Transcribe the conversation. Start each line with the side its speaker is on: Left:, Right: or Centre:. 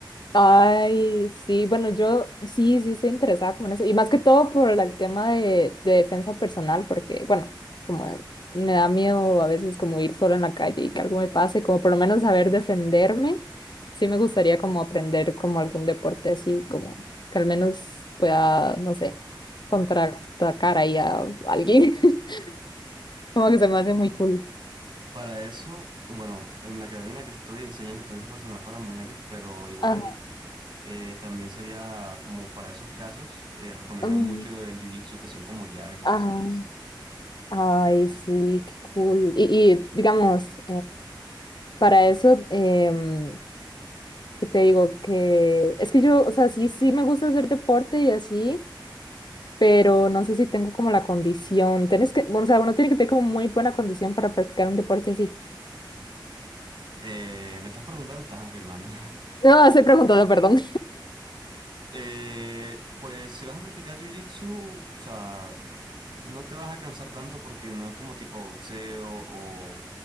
Left: Ay, sí, bueno, yo sí, sí estoy interesada como en eso. Y más que todo por el tema de, de defensa personal, porque, bueno, como me da miedo a veces como ir solo en la calle y que algo me pase, como por lo menos saber defenderme. Sí me gustaría como aprender como algún deporte así, como que al menos pueda, no sé, contraatacar ahí a alguien. <laughs> Como que se me hace muy cool.
Right: Para eso, bueno, en la academia en la que estoy enseñan defensa personal para mujeres, pero igual.
Left: Ajá,
Right: eh, también sería como para esos casos, eh, recomiendan
Left: mm,
Right: mucho el jiu-jitsu, que son como llaves y
Left: ajá.
Right: cosas y eso.
Left: Ay, sí, qué cool. Y, y digamos, Para eso, em, ¿qué te digo? Que es que yo, o sea, sí, sí me gusta hacer deporte y así, pero no sé si tengo como la condición. Tienes que, o sea, uno tiene que tener como muy buena condición para practicar un deporte así.
Right: Eh, me estás preguntando, estás afirmando.
Left: No, estoy preguntando, perdón.
Right: Eh, pues si vas a practicar jiu-jitsu, o sea, no te vas a cansar tanto porque no es como tipo boxeo o,